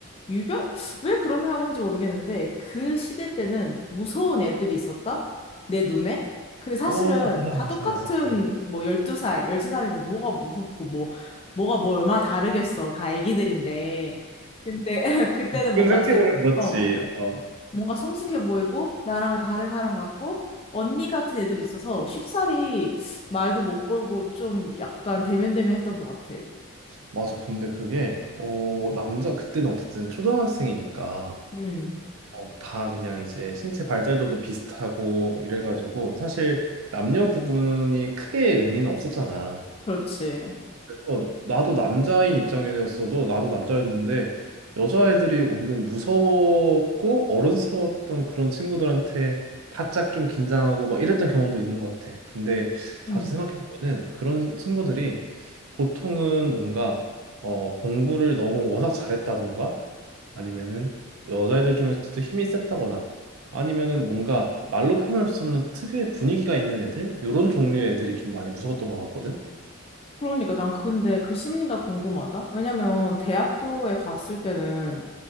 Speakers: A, on the left; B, on the right.
A: 유별 왜 그런 생각을 했는지 모르겠는데 그 시대 때는 무서운 애들이 있었다? 내 눈에? 근데 사실은
B: 어, 맞아,
A: 다
B: 맞아,
A: 똑같은
B: 맞아. 어.
A: 뭐 12살, 13살인데 뭐가 무섭고 뭐 뭐가 뭐 얼마나 다르겠어. 다 애기들인데. 근데 <laughs> 그때는
B: 지금
A: 뭔가
B: 생각해보면
A: 제
B: 그렇지.
A: 어.
B: 어,
A: 뭔가 성숙해 보이고 나랑은 다른 사람 같고 언니 같은 애들이 있어서 쉽사리 말도 못 걸고 좀 약간 대면대면했던 것 같아.
B: 맞아. 근데 그게 어 남자 그때는 어쨌든 초등학생이니까
A: 음,
B: 어, 다 그냥 이제 신체 발달도도 비슷하고 이래가지고 사실 남녀 구분이 크게 의미는 없었잖아.
A: 그렇지.
B: 그, 어, 나도 남자인 입장이었어도 나도 남자였는데 여자애들이 은근 무서웠고 어른스러웠던 그런 친구들한테 바짝 좀 긴장하고 막 이랬던 경험도 있는 것 같아. 근데 다시
A: 음.
B: 생각해 보면은 그런 친구들이 보통은 뭔가 어, 공부를 너무 워낙 잘했다던가 아니면은 여자애들 중에서도 힘이 셌다거나 아니면은 뭔가 말로 표현할 수 없는 특유의 분위기가 있는 애들 이런 종류의 애들이 좀 많이 무서웠던 것 같거든.
A: 그러니까 난 근데 그 심리가 궁금하다. 왜냐면 대학교에 갔을 때는